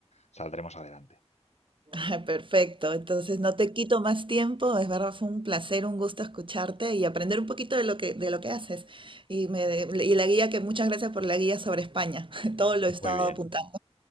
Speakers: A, on the left; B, on the right.
A: saldremos adelante.
B: Ah, Perfecto, entonces no te quito más tiempo, es verdad, fue un placer, un gusto escucharte y aprender un poquito de lo que, de lo que haces. Y, me, de- y la guía, que muchas gracias por la guía sobre España, <laughs> todo lo he estado
A: Muy bien.
B: apuntando.